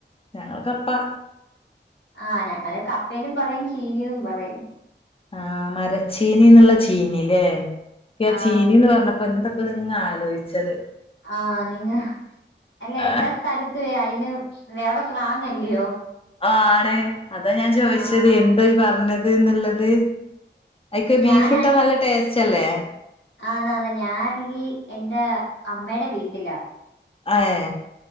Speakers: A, on the left; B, on the left.
A: ഞങ്ങള് കപ്പാ
B: ഹാ ഞങ്ങള് കപ്പേന്നും പറയും ചീനി ന്നും പറയും
A: ഹാ മരച്ചീനി ന്നുള്ള ചീനില്ലേ ഈ
B: ആഹ്
A: ചീനി ന്ന് പറഞ്ഞപ്പൊ എന്താ ഇപ്പത്ങ്ങ ആലോച്ചത്
B: ഹാ നിങ്ങ അല്ലേ
A: ആഹ്
B: എല്ലാ സ്ഥലത്തുവേ അയി ന് വേറെ സ്ലാങ്ങല്ലിയോ
A: ആ ആണ് അതാ ഞാൻ ചോദിച്ചത്
B: ആഹ്
A: എന്താ യീ പറഞ് ഇത് ന്നിള്ളത് അയ്ക്ക്
B: ഞാനാണെ
A: ബീഫ് ഇട്ടാ നല്ല ടേസ്റ്റ് അല്ലേ
B: ആന്നാന്ന് ഞാ ആണെങ്കിൽ എന്റെ അമ്മടെ വീട്ടിലാ
A: ഹാഏ